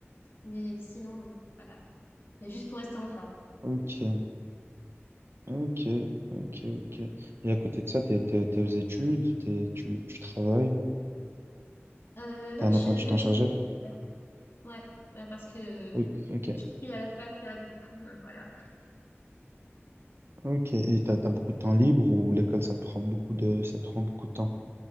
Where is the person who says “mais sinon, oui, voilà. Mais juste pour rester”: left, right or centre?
Left